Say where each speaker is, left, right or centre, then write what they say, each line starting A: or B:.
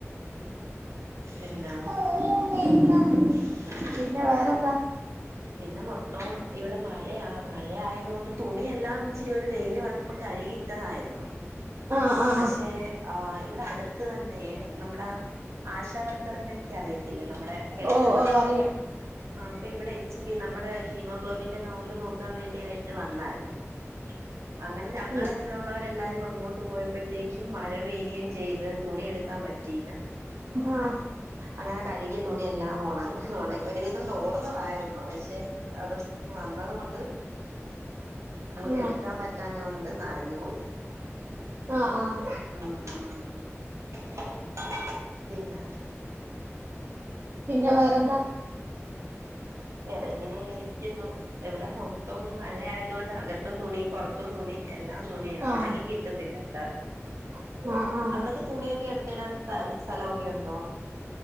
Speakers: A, on the right (about 70°); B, on the right (about 50°).
A: പിന്നാ
B: <unintelligible>
A: <inaudible>
B: പിന്നെ വേറെന്താ?
A: പിന്നെ മൊത്തം ഇവിടെ മഴയാ മഴയായത് കൊണ്ട് തുണിയെല്ലാം ഇച്ചിരി ഒരു വെയിയില് വന്നപ്പോ കഴുകി ട്ടതായിരുന്നു
B: ആഹ് ആഹ്
A: പക്ഷേ
B: ആഹ്
A: ആഹ് ഇവിടെ അടുത്ത് തന്നെ നമ്മുടെ ആശാവർക്കറിനെ ഒക്കെ അറിയത്തില്ലേ. നമ്മുടെ ഹെൽത്ത്ന്നാ
B: ഓ ഓ അറിയാം
A: ആഹ് അപ്പൊ ഇവടെ. സുബി നമ്മുടെ ഹീമോഗ്ലോബിന്റെ കൗണ്ട് നോക്കാൻ വേണ്ടിയായിട്ട് വന്നായിരുന്നു അങ്ങനെ ഞങ്ങളെ
B: ഉം
A: ഇവ് അവടെള്ളവരെല്ലാരും അങ്ങോട്ട് പോയപ്പോഴത്തേക്കും മഴപെയ്യെ ചെയ്ത് തുണിയെടുക്കാൻ പറ്റിയില്ല
B: ആഹ്
A: അങ്ങനെ കഴുകിയ തുണി എല്ലാം ഒണ ഒണ ഒരുവിധം തോർന്നതായിന്നു പക്ഷെ അത് വന്നതുകൊണ്ട് നമ്മക്ക്
B: ആഹ്
A: എടുക്കാൻ പറ്റാന്ന കൊണ്ട് നനഞ്ഞു പോയി
B: ആഹ് ആഹ്
A: ഉം ഉം <inaudible> പിന്നെ.
B: പിന്നെ വേറെന്താ?
A: വേറെ ഇങ്ങനെരിക്കുന്നു. ഇവിടെ മൊത്തവും മഴ ആയതോണ്ട് അകത്തും തുണി പുറത്തും തുണി എല്ലാം. തുണി
B: ആഹ്
A: ഉണങ്ങി കിട്ടുന്നില്ലല്ല.
B: <unintelligible>
A: അവിടൊക്കെ തുണിയൊക്കെ എടുത്തിടാൻ സ്ഥ സ്ഥലൊക്കെ ഇ ണ്ടോ